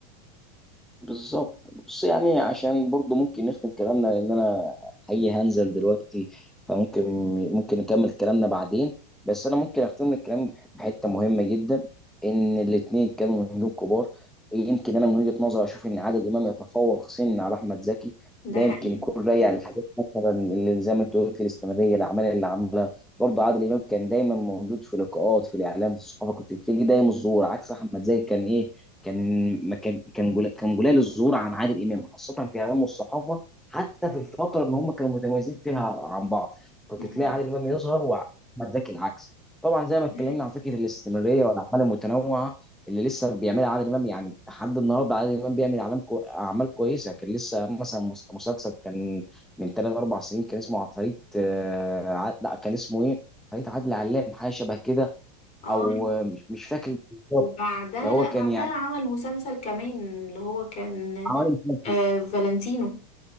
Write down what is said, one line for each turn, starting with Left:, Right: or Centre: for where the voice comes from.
Centre: بالظبط بص يعني عشان برضو ممكن نختم كلامنا لان انا حقيقي هنزل دلوقتي فممكن ممكن نكمل كلامنا بعدين بس انا ممكن اختم لك كلامي بح- بحته مهمه جدا ان الاثنين كانوا نجوم كبار يمكن انا من وجهه نظري اشوف ان عادل امام يتفوق سن على احمد زكي
Left: ده
Centre: ده
Left: حقيقي
Centre: يمكن يكون راجع لحاجات مثلا اللي زي ما انت قلت الاستمراريه الاعمال اللي عملها برضه عادل امام كان دايما موجود في لقاءات في الاعلام في الصحافه كنت تلاقيه دايما الظهور عكس احمد زاهر كان ايه كان ما كان كان جل- كان قليل الظهور عن عادل امام خاصه في اعلام والصحافه حتى في الفتره اللي هم كانوا متميزين فيها عن بعض كنت
Left: مم.
Centre: تلاقي عادل امام يظهر واحمد زكي العكس طبعا زي ما اتكلمنا
Left: ده حقيقي
Centre: عن فكره الاستمراريه والاعمال المتنوعه اللي لسه بيعملها عادل امام يعني لحد النهارده عادل امام بيعمل اعلام كو... اعمال كويسه كان لسه مثلا مس- مسلسل كان من ثلاث اربع سنين كان اسمه عفاريت آه، ع- لا كان اسمه ايه؟ عفاريت عادل علام حاجه شبه كده
Left: اه
Centre: او آه، مش مش فاكر بالظبط
Left: وبعدها
Centre: فهو
Left: لا
Centre: كان
Left: بعدها
Centre: يعني
Left: عمل مسلسل كمان اللي هو كان
Centre: عوالم كافيه
Left: آه فالنتينو